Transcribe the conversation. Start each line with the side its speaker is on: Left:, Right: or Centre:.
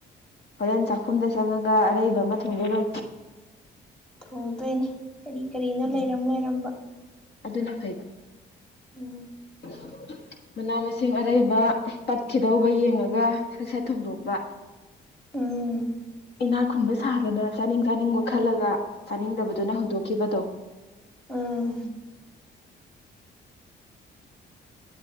Left: ꯍꯣꯔꯦꯟ ꯆꯥꯛꯈꯨꯝꯗ ꯆꯪꯉꯒ ꯑꯔꯩꯕ ꯑꯃ ꯊꯣꯡꯗꯣꯏꯔꯣ
Centre: ꯊꯣꯡꯗꯣꯏꯅꯤ ꯀꯔꯤ ꯀꯔꯤꯅꯣ
Left: ꯎꯝ
Centre: ꯂꯩꯔꯝ ꯂꯩꯔꯝꯕ
Left: ꯑꯗꯨꯅ ꯐꯩꯕ
Centre: ꯎꯝ
Left: <unintelligible> ꯃꯅꯥ -ꯃꯁꯤꯡ ꯑꯔꯩꯕ ꯄꯠꯈꯤꯗꯧꯕ ꯌꯦꯡꯉꯒ ꯁꯠ- ꯁꯠ ꯊꯣꯡꯗꯣꯛꯄ
Centre: ꯎꯝ
Left: ꯅꯥꯛ ꯈꯨꯟꯕ ꯁꯥꯗꯅ ꯆꯥꯅꯤꯡ - ꯆꯥꯅꯤꯡꯕ ꯈꯜꯂꯒ ꯆꯥꯅꯤꯡꯗꯕꯗꯨꯅ ꯍꯨꯟꯗꯣꯛꯈꯤꯕꯗꯣ
Centre: ꯎꯝ